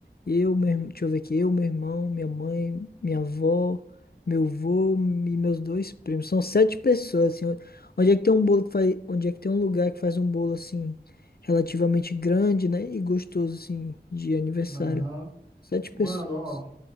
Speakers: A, on the left (about 65°); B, on the right (about 25°).
A: eu, meu, irm- deixa eu ver aqui, eu, meu irmão, minha mãe, minha avó, meu avô e meus dois primos. São sete pessoas, assim. Onde é que tem um bolo que faz, onde é que tem um lugar que faz um bolo, assim, relativamente grande, né? E gostoso, assim, de aniversário.
B: aham.
A: Sete
B: Mano,
A: pessoas.
B: ó,